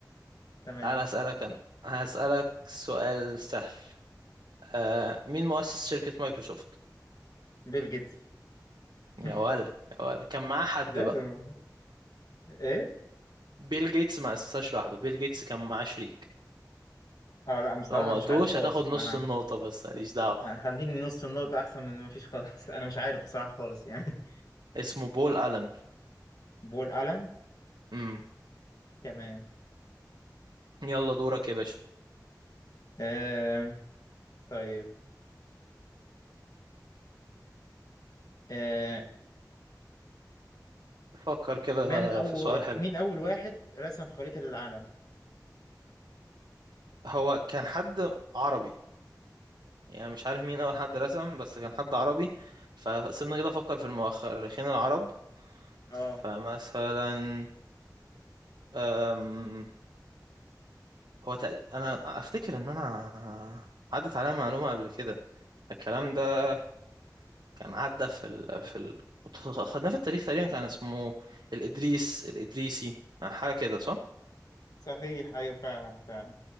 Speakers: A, on the left; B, on the right.
A: تمام
B: تعال اسألك انا هسألك سؤال سهل آه مين مؤسس شركة مايكروسوفت
A: بيل جيتس
B: يا
A: <laughs>
B: ولا يا ولا كان معاه حد
A: لازم
B: بقى
A: ايه
B: بيل جيتس ما اسسهاش لوحده بيل جيتس كان معاه شريك
A: اه لا بصراحة
B: لو ما
A: مش
B: قلتوش
A: عارف خالص
B: هتاخد نص
A: انا
B: النقطة بس ماليش دعوة
A: آه، خليني نص النقطة احسن من ما فيش خالص <laughs> انا مش عارف بصراحة خالص يعني
B: اسمه بول ألن
A: <laughs> بول ألان
B: امم
A: تمام
B: يلا دورك يا باشا
A: آه طيب آه
B: فكر كده
A: من اول
B: في سؤال حلو
A: مين اول واحد رسم خريطة للعالم
B: هو كان حد عربي يعني مش عارف مين أول حد رسم بس كان حد عربي فسيبنا كده أفكر في المؤرخين العرب
A: اه
B: فمثلا أم، هو تقريبا أنا أفتكر إن أنا عدت عليا معلومة قبل كده الكلام ده كان عدى في ال... في ال... خدناه في التاريخ تقريبا كان اسمه الإدريس الإدريسي حاجة كده صح؟
A: صحيح ايوه فعلا فعلا